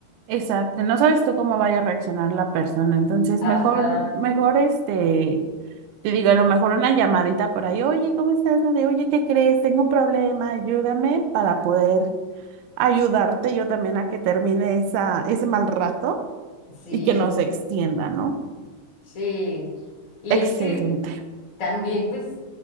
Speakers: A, on the right; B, on the left.
A: Exacto, no sabes tú cómo vaya a reaccionar la persona, entonces
B: Ajá,
A: mejor, mejor este, te digo, a lo mejor una llamadita por ahí, oye, ¿cómo estás? ¿no? De, oye, ¿qué crees? Tengo un problema, ayúdame para poder ayudarte yo también a que termine esa, ese mal rato
B: sí,
A: y que no se extienda, ¿no?
B: sí. Y
A: Excelente.
B: es que también pues